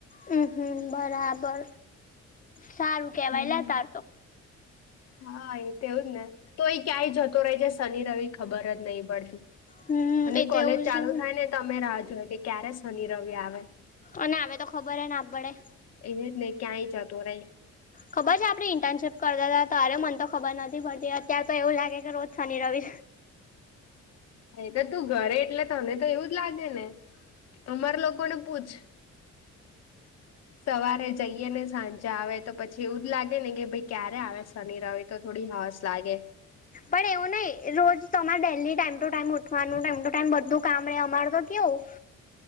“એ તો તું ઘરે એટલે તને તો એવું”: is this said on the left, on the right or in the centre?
Left